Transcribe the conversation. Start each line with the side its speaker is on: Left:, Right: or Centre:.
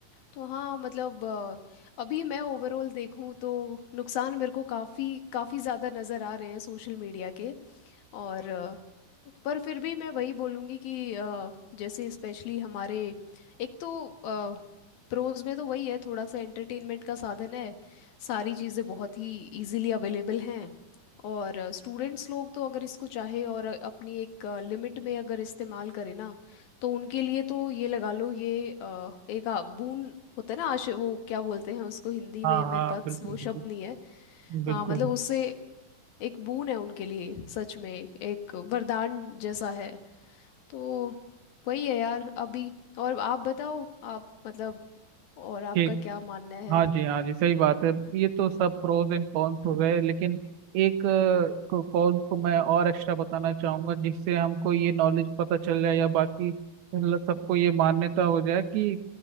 Left: तो हाँ मतलब अ, अभी मैं ओवरऑल देखूँ तो नुकसान मेरे को काफ़ी काफ़ी ज़्यादा नज़र आ रहे हैं सोशल मीडिया के और अ, पर फिर भी मैं वही बोलूँगी कि अ, जैसे स्पेशली हमारे एक तो प्रोज में तो वही है थोड़ा सा एंटरटेनमेंट का साधन है सारी चीज़ें बहुत ही इजीली अवेलेबल हैं और स्टूडेंट्स लोग तो अगर इसको चाहे और अ, अपनी एक लिमिट में अगर इस्तेमाल करें ना तो उनके लिए तो ये लगा लो ये अ, एक आ- बून होता है ना आश वो क्या बोलते हैं उसको हिंदी
Right: हाँ
Left: में मेरे
Right: हाँ
Left: पास
Right: बिल्कुल
Left: वो
Right: बिल्कुल
Left: शब्द नहीं है
Right: बिल्कुल
Left: हाँ मतलब उससे एक बून है उनके लिए सच में एक वरदान जैसा है तो वही है यार अभी और आप बताओ आप मतलब और आपका
Right: ठीक
Left: क्या मानना है
Right: हाँ जी हाँ जी सही बात है ये तो सब प्रोज एंड कॉन्स हो गए लेकिन एक कॉन्स को मैं और एक्स्ट्रा बताना चाहूंगा जिससे हमको ये नॉलेज पता चल जाए या बाकी ल- सबको ये मान्यता हो जाए कि